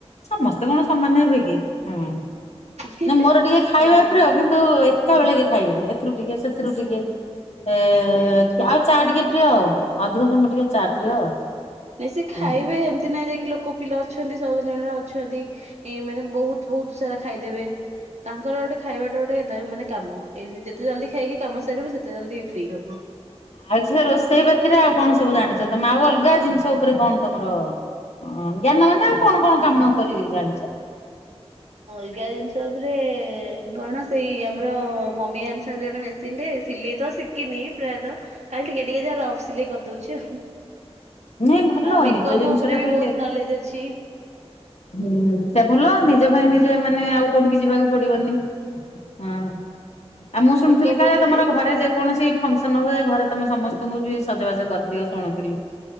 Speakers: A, on the left; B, on the right.
A: ସମସ୍ତେ କଣ ସମାନେ ହେବେ କି ହୁଁ
B: ହଁ
A: ନା ମୋର ଟିକେ ଖାଇବା
B: ହଁ
A: ପ୍ରିୟ। କିନ୍ତୁ ଏକା ବେଳେକେ ଖାଇବିନି ଏଥିରୁ ଟିକେ ସେଥିରୁ
B: ହୁଁ
A: ଟିକେ ଏଁ
B: ସେ
A: ଟିକେ ଆଉ ଚା ଟିକେ ପ୍ରିୟ ଆଉ ଅଧିକ ସମୟ ଟିକେ ଚା
B: ଉଁ
A: ପ୍ରିୟ
B: ନାଇଁ
A: ଆଉ।
B: ସେ ଖାଇବେ
A: ହୁଁ।
B: ଏମତି ନାଇଁ ଯାଇକି ଲୋକ ପିଲା ଅଛନ୍ତି ସବୁ ଜଣେ ଜଣେ ଅଛନ୍ତି ଏ ମାନେ ବହୁତ ବହୁତ ସାରା ଖାଇଦେବେ। ତାଙ୍କର ଗୋଟେ ଖାଇବାଟା ଗୋଟେ ମାନେ କାମ ଏଇ ଯେତେ ଜଲଦି ଖାଇକି କାମ ସାରିବେ ସେତେ ଜଲଦି ଫ୍ରି ହବୁ।
A: ଆଉ ଝିଅ ରୋଷେଇ ବାତିରେ ଆଉ କଣ ସବୁ ଜାଣିଚ ତମେ ଆଉ ଅଲଗା ଜିନିଷ ଉପରେ କଣ ତମର ଅଁ ଜ୍ଞାନ ମାନେ ଆଉ କଣ କଣ କାମ କରି ଜାଣିଚ?
B: ଅଲଗା ଜିନିଷ ଉପରେ କଣ ସେଇ ଆମର ମମି ଆଣିଛନ୍ତି ଗୋଟେ ମେ ମେସିନ ଟେ ସିଲେଇ ତ ଶିଖିନି ପ୍ରାୟତଃ ଖାଲି ଟିକେ ଟିକେ ଯାହା ରଫ୍ ସିଲେଇ କରିଦଉଛି ଆଉ।
A: ନାଇଁ ଭଲ
B: ଆଉ ମେକଅପ୍
A: ନିଜ ଜିନିଷ
B: ଉପରେ
A: ଟା
B: ବି ବହୁତ
A: ନି
B: ନଲେଜ ଅଛି।
A: ହୁଁ ସେ ଭଲ ନିଜ ପାଇଁ ନିଜେ ମାନେ ଆଉ କୋଉଠିକି ଯିବାକୁ ପଡିବନି। ହଁ ଆଉ ମୁଁ ଶୁଣିଥିଲି
B: ମେକଅପ୍
A: କାଳେ
B: ଉପରେ
A: ତମର ଘରେ ଯେକୌଣସି ଫଙ୍କସନ୍ ହୁଏ ଘରେ ତମେ ସମସ୍ତଙ୍କୁ ବି ସଜବାଜ କରିଦିଅ ଶୁଣୁଥିଲି।